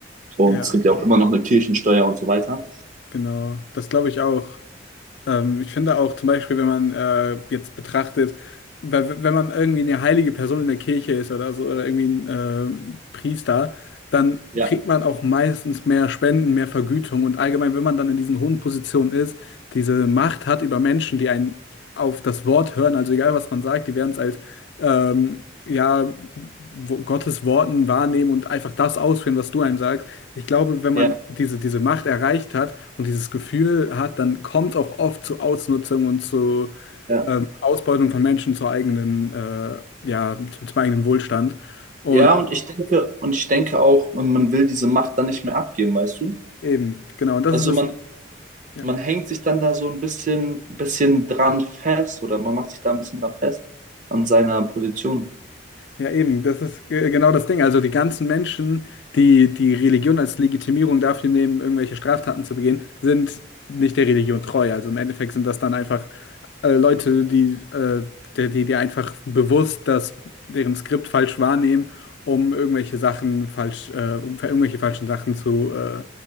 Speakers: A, on the right; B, on the left.
A: Und
B: Ja,
A: es gibt ja auch immer noch eine Kirchensteuer und so weiter.
B: genau. Das glaube ich auch. Ähm, ich finde auch zum Beispiel, wenn man äh, jetzt betrachtet, weil, wenn man irgendwie eine heilige Person in der Kirche ist oder so, oder irgendwie ein ähm, Priester, dann
A: Ja,
B: kriegt man auch meistens mehr Spenden, mehr Vergütung und allgemein, wenn man dann in diesen hohen Positionen ist, diese Macht hat über Menschen, die einen auf das Wort hören, also egal was man sagt, die werden es als ähm, ja, wo- Gottes Worten wahrnehmen und einfach das ausführen, was du einem sagst. Ich glaube, wenn man
A: ja,
B: diese, diese Macht erreicht hat und dieses Gefühl hat, dann kommt es auch oft zu Ausnutzung und zu
A: ja.
B: ähm, Ausbeutung von Menschen zur eigenen, äh, ja, zum, zum eigenen Wohlstand. Und
A: Ja, und ich denke, und ich denke auch, man man will diese Macht dann nicht mehr abgeben, weißt du?
B: eben, genau, und das
A: Also
B: ist das.
A: man,
B: ja.
A: man hängt sich dann da so ein bisschen, bisschen dran fest oder man macht sich da ein bisschen dran fest an seiner Position.
B: Ja, eben, das ist äh, genau das Ding. Also die ganzen Menschen, die die Religion als Legitimierung dafür nehmen, irgendwelche Straftaten zu begehen, sind nicht der Religion treu. Also im Endeffekt sind das dann einfach äh, Leute, die, äh, die, die die einfach bewusst das, deren Skript falsch wahrnehmen, um irgendwelche Sachen falsch, äh, um irgendwelche falschen Sachen zu äh,